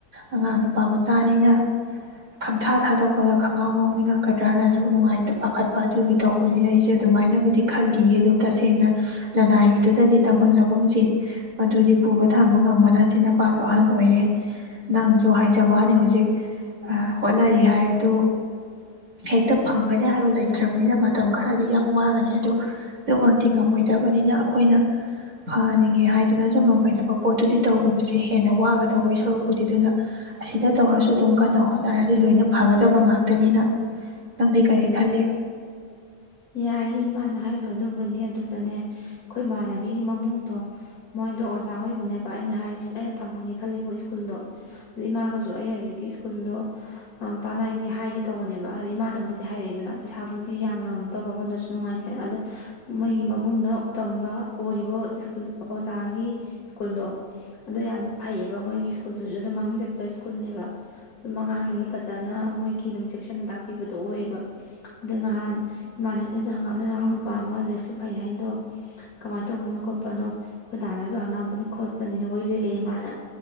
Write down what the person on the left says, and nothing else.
ꯌꯥꯏ ꯏꯃꯥꯅ ꯍꯥꯏꯗꯣ ꯑꯗꯨꯕꯨ ꯑꯗꯨꯗꯅꯦ ꯑꯩꯈꯣꯏ ꯏꯃꯥꯟꯅꯕꯤꯒꯤ ꯃꯕꯨꯡꯗꯣ ꯃꯣꯏꯗꯣ ꯑꯣꯖꯥ ꯑꯣꯏꯕꯅꯦꯕ ꯑꯩꯅ ꯍꯥꯏꯔꯤꯁꯦ ꯑꯩꯅ ꯇꯝꯍꯟꯒꯦ ꯈꯜꯂꯤꯕ ꯁ꯭ꯀꯨꯜꯗꯣ ꯑꯗꯩ ꯏꯃꯥꯒꯁꯨ ꯑꯩ ꯍꯧ ꯖꯤꯛꯀꯤ ꯁ꯭ꯀꯨꯜꯗꯣ ꯇꯥꯟꯅꯒꯦ ꯍꯥꯏꯒꯦ ꯇꯧꯕꯅꯦꯕ ꯍꯥꯏꯗꯤ ꯏꯃꯥꯟꯅꯕꯕꯨꯗꯤ ꯍꯥꯏꯔꯛꯑꯦꯗꯅ ꯄꯩꯁꯥꯕꯨꯗꯤ ꯌꯥꯝꯃꯝ ꯃꯐꯝꯗꯁꯨ ꯅꯨꯡꯉꯥꯏꯇꯦ ꯑꯗꯣ ꯃꯣꯏꯒꯤ ꯃꯕꯨꯡꯅ ꯇꯝꯕ ꯑꯣꯏꯔꯤꯕ ꯁ꯭ꯀꯨꯜ ꯑꯣꯖꯥꯒꯤ ꯁ꯭ꯀꯨꯜꯗꯣ ꯑꯗꯨ ꯌꯥꯝꯅ ꯐꯩꯌꯦꯕ ꯃꯣꯏꯒꯤ ꯁ꯭ꯀꯨꯜꯗꯨꯁꯨ ꯑꯗꯨꯝ ꯃꯃꯤꯡ ꯆꯠꯄ ꯁ꯭ꯀꯨꯜꯅꯦꯕ ꯑꯗꯨꯝ ꯑꯉꯥꯡꯁꯤꯡꯅ ꯐꯖꯅ ꯃꯣꯏꯒꯤ ꯑꯗꯨꯝ ꯆꯦꯛꯁꯤꯟꯅ ꯇꯥꯛꯄꯤꯕꯗꯣ ꯑꯣꯏꯌꯦꯕ ꯑꯗꯣ ꯅꯍꯥꯟ ꯏꯃꯥꯟꯅꯕꯤꯅꯁꯨ ꯍꯪꯉꯛ ꯑꯝꯃꯦ ꯅꯅꯥꯎ ꯅꯨꯄꯥ ꯑꯃꯂ ꯂꯩꯔꯦꯛꯁꯨ ꯐꯩ ꯑꯗꯣ ꯀꯃꯥꯏꯅ ꯇꯧꯕꯅꯣ ꯈꯣꯠꯄꯅꯣ ꯈꯨꯣꯏꯗꯥꯅꯁꯨ ꯍꯪꯉꯛ ꯑꯝꯕꯅꯤ ꯈꯣꯠꯄꯤ ꯅꯤꯅ ꯋꯥꯔꯤ ꯂꯤꯔꯛꯑꯦ ꯃꯥꯅ